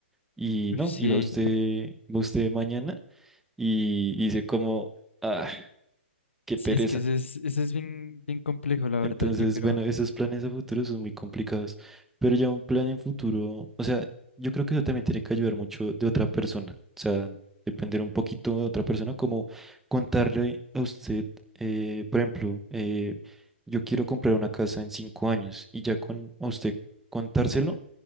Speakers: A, in the centre; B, on the left (about 80°).
A: Y
B: Uf,
A: no,
B: Sí.
A: y va usted, va usted mañana y, y dice como, ah, qué
B: Sí,
A: pereza.
B: es que eso es, eso es bien, bien complejo, la verdad,
A: Entonces,
B: yo creo.
A: bueno, esos planes a futuro son muy complicados, pero ya un plan en futuro, o sea, yo creo que eso también tiene que ayudar mucho de otra persona, o sea, depender un poquito de otra persona, como contarle a usted, eh, por ejemplo, eh, yo quiero comprar una casa en cinco años y ya con a usted contárselo,